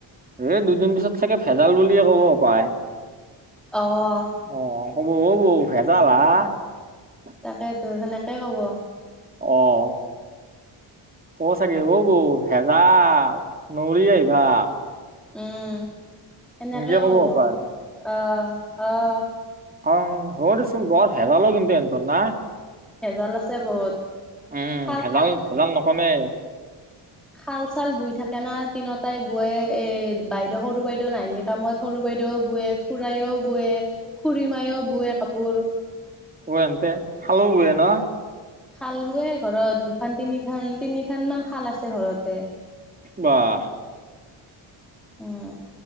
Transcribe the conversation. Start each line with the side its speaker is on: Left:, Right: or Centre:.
Right: এই দুদিন পিছত চাগে ভেজাল বুলিয়ে ক'ব পায়।
Centre: অহ
Right: অ হব ফেচালা <unintelligible>
Centre: তাকেইতো সেনেকাই হ'ব।
Right: অহ। ক'ব চাগে, অ বৌ ভেজাল নৰি আহিবা।
Centre: উম। সেনেকে
Right: সেনকে
Centre: ক'ব।
Right: পাই
Centre: অহ, অহ।
Right: অও, হ'ব দেচোন বহুত ভেজাল ও কিন্তু এনত না।
Centre: ভেজাল আছে বহুত।
Right: উম।
Centre: খাল
Right: ভেজাল
Centre: চাল
Right: ভেজাল নকমে।
Centre: শাল চাল বোই থাকে না, তিনটাই বোৱে এ বাইদেউ সৰু বাইদেউ নাহিলি কামত সৰু বাইদেউ বোয়ে, খুৰাও বোৱে, খুৰীমায়ও বোৱে কাপোৰ।
Right: অ এনতে শালো বোয়ে না?
Centre: শাল বোৱে ঘৰত। দুখান তিনি খান, তিনি খান মান শাল আছে ঘৰতে।
Right: বাহ
Centre: উম